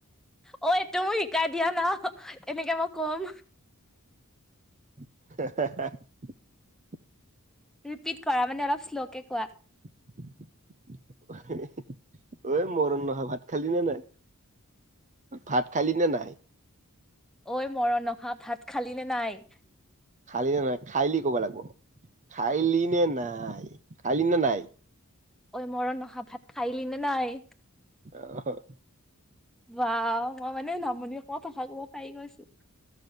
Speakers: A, in the centre; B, on the right (about 35°).
A: অহ' এইটো মোক শিকাই দিয়া না, এনেকে মই কম।
B: <unintelligible>
A: ৰিপিট কৰা। মানে অলপ শ্ল'কে কোৱা।
B: <unintelligible> ঐ মৰণ নহোৱা ভাত ভাত খালি নে নাই। ভাত খালি নে নাই।
A: ঐ মৰণ নহোৱা, ভাত খালি নে নাই।
B: খালি নে নাই। খাইলি ক'ব লাগিব। খাইলি নে নাই, খাইলি নে নাই।
A: ঐ মৰণ নহোৱা ভাত খাইলি নে নাই।
B: অহ'।
A: বা মই মানে নামনি অসমৰ ভাষা ক'ব পাৰি গৈছো।